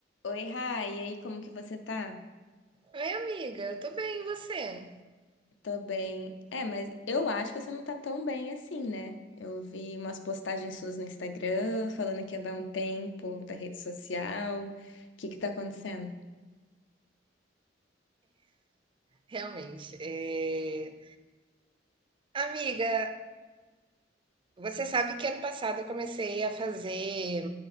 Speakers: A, on the left; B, on the right.
A: Oi, Rai, e aí, como que você tá?
B: Oi, amiga, eu tô bem, e você?
A: Tô bem. É, mas eu acho que você não tá tão bem assim, né? Eu vi umas postagens suas no Instagram falando que ia dar um tempo da rede social. O que que tá acontecendo?
B: Realmente. é, Amiga, você sabe que ano passado eu comecei a fazer,